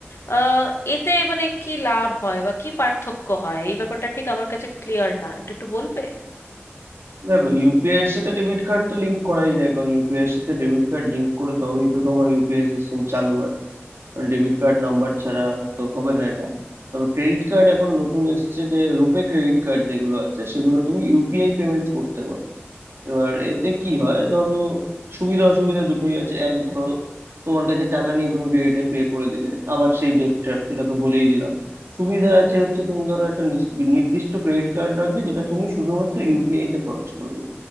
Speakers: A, on the left; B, on the right.
A: আহ, এতে মানে কি লাভ হয় বা কি পার্থক্য হয় এই ব্যাপারটা ঠিক আমার কাছে ক্লিয়ার না এটা একটু বলবে
B: দেখো ইউপিআই এর সাথে ডেবিট কার্ড তো লিংক করাই যায় কারণ ইউপিআই এর সাথে ডেবিট কার্ড লিংক করে তবেই তো তোমার ইউপিআই সিস্টেম চালু হয় কারণ ডেবিট কার্ড নাম্বার ছাড়া তো হবে না এটা তবে ক্রেডিট কার্ড এখন নতুন এসছে যে রুপে ক্রেডিট কার্ড যেগুলো আছে সেগুলো তুমি ইউপিআই পেমেন্টস করতে পারো এবার এতে কি হয় ধরো সুবিধা অসুবিধা দুটোই আছে এক ধরো তোমার কাছে টাকা নেই তুমি ক্রেডিটে পে করে দিলে আবার সেই ডেট ট্র্যাপ এটা তো বলেই দিলাম সুবিধা আছে হচ্ছে তুমি ধরো একটা নিস- নির্দিষ্ট ক্রেডিট কার্ড রাখলে যেটা তুমি শুধুমাত্র ইউপিআই তে খরচ করবে